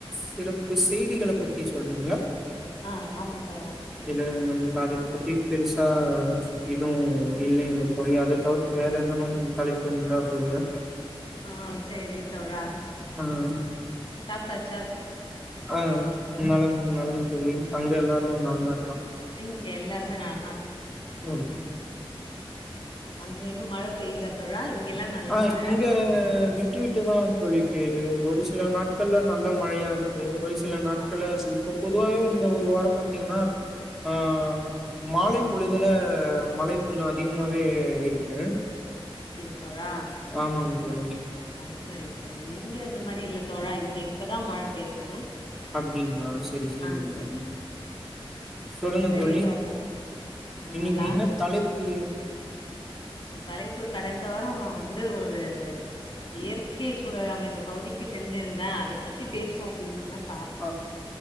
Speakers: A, in the centre; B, on the left (about 60°).
A: சிறப்பு செய்திகள பத்தி சொல்றீங்களா
B: ஆ ஆமா தோழா
A: இல்ல நம் காதிக்கு பத்தி பெருசா இதுவும் இல்லைகளே தோழி அத தவிர்த்து வேற எதனும் தலைப்பு இருந்தா சொல்லுங்க
B: ஆஹ் சரி தோழா
A: ஆஹா
B: சாப்டாச
A: ஆஹ் நலம் நலம் தோழி அங்க எல்லாரும் ம் நலமா
B: எங்க வீட்டுல எல்லாரும் ருமே நலமாயிரு
A: ஹம்
B: அங்க இன்னும் மழை பெயுதா தோழா இங்கெல்லா நல்ல
A: ஆஹ்
B: மழ
A: இங்க விட்டு விட்டுதான் தோழி பேயுது ஒரு சில நாட்கள்ல நல்ல மழையா இருக்கும் ஒரு சில நாட்களா
B: ஆ
A: இப்போ பொதுவாவே இந்த ஒரு வாரம் பார்த்தீங்கன்னா ஆஹ் மாலை பொழுதுல மலை கொஞ்சம் அதிகமாவே இருக்கு
B: அப்படியா தோழா
A: ஆமாங்க தோழி
B: ஆஹ் சரி சரி இங்க அந்த மாரி இல்ல தோழா இங்க இப்பதான் மழை பெய்து
A: அப்டிங்களா செரி செரிங்க
B: ஆஹ்
A: தோழி சொல்லுங்க
B: சரி
A: தோழி
B: தோழா ஆஹ்
A: இன்னைக்கு
B: லாஸ்ட்
A: என்ன தலைப்பு
B: தலைப்பு கடைந்த வாரம் நான் வந்து ஒரு இயற்கை சூழலாம இந்த பகுதிக்கு செஞ்சிருந்தேன் அத பத்தி பேசுவோம் அப்டின்ட்டுதான்
A: ஆஹ